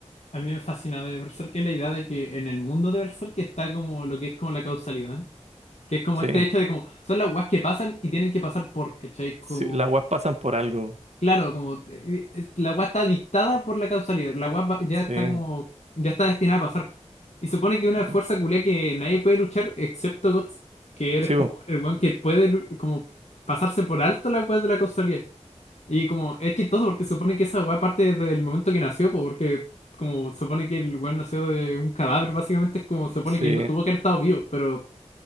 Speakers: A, on the left; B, on the right.
A: a mí me fascina de Berserk, que es la idea de que en el mundo de Berserk está como lo que es como la causalidad, que es como
B: Sí,
A: este hecho de como, son las weas que pasan y tienen que pasar por, ¿cachai? Como
B: sí, las weas pasan por algo,
A: Claro, como eh, eh, la weá está dictada por la causalidad. La weá va- ya
B: sí,
A: está como, ya está destinada a pasar. Y supone que una
B: ujú.
A: fuerza culia que nadie puede luchar excepto Guts, que eres
B: sí,
A: como
B: weón,
A: el weón que puede lu- como pasarse por alto la weá de la causalidad. Y como es chistoso porque supone que esa weá parte desde el momento que nació, po, porque como supone que el weón nació de un cadáver, básicamente es como supone
B: sí,
A: que no tuvo que haber estado vivo, pero